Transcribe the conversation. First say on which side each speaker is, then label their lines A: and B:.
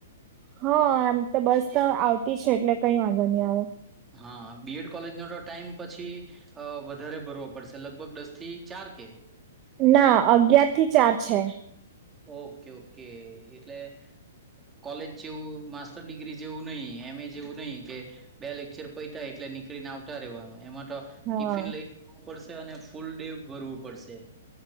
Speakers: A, on the right; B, on the right.
A: હા આમ તો બસ તો આવતી છે એટલે કઈ વાંધો નહી આવે
B: હા બીએડ કોલેજનો તો ટાઈમ પછી અ વધારે ભરવો પડશે લગભગ દસ થી ચાર કે
A: ના અગયાર થી ચાર છે
B: ઓકે ઓકે એટલે કોલેજ જેવું માસ્ટર ડિગ્રી જેવું નહી એમ એ જેવું નહી કે બે લેક્ચર પૈતા એટલે નીકળી ને આવતા રહેવાનું એમાં તો
A: હા
B: ટિફિન લઈ જવું પડશે અને ફૂલ ડે ભરવું પડશે